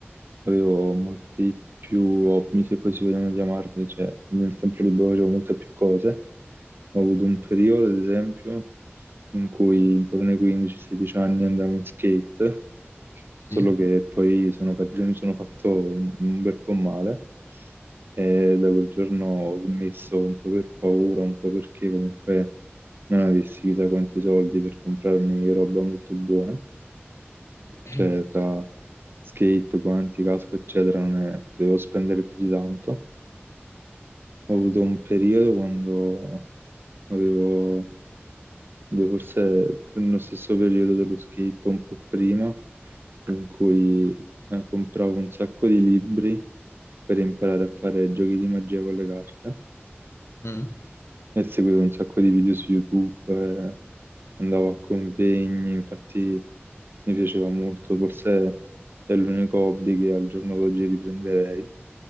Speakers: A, on the right; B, on the left.
A: avevo molti più hobby, se così vogliamo chiamarli, cioè nel tempo libero facevo molte più cose. Ho avuto un periodo, ad esempio, in cui intorno ai 15-16 anni andavo in skate,
B: Sì?
A: solo che poi sono caduto e mi sono fatto un, un bel po' male e da quel giorno ho smesso un po' per paura, un po' perché comunque non avessi chissà quanti soldi per comprarmi roba molto buona
B: <clears throat>
A: cioè tra skate, guanti, casco, eccetera, non è- devo spendere più di tanto. Ho avuto un periodo quando avevo, devo forse nello stesso periodo dello skate, un po' prima, in cui eh, compravo un sacco di libri per imparare a fare giochi di magia con le carte.
B: Mm.
A: e seguivo un sacco di video su YouTube, eh, andavo a convegni, infatti mi piaceva molto, forse è l'unico hobby che al giorno d'oggi riprenderei.